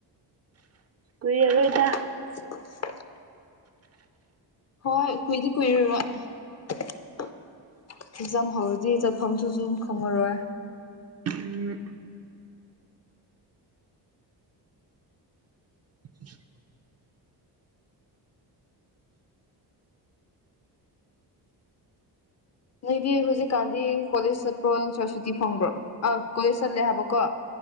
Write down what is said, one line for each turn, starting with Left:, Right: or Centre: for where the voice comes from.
Right: ꯀꯨꯏꯔꯔꯣꯏꯗ
Left: <unintelligible> ꯍꯣꯏ ꯀꯨꯏꯗꯤ ꯀꯨꯏꯔꯨꯔꯣ ꯑꯦꯛꯖꯥꯝ ꯍꯧꯔꯗꯤ ꯆꯠꯐꯝꯗꯨꯁꯨ ꯈꯪꯉꯔꯣꯏ
Right: ꯎꯝ <unintelligible>
Left: ꯅꯪꯗꯤ ꯍꯧꯖꯤꯛꯀꯥꯟꯗꯤ ꯀꯣꯂꯦꯖ ꯆꯠꯄ꯭ꯔꯣ ꯅꯠꯇꯔ ꯁꯨꯇꯤ ꯐꯪꯕ꯭ꯔꯣ ꯑ ꯀꯣꯂꯦꯖ ꯆꯠꯂꯦ ꯍꯥꯏꯕꯀꯣ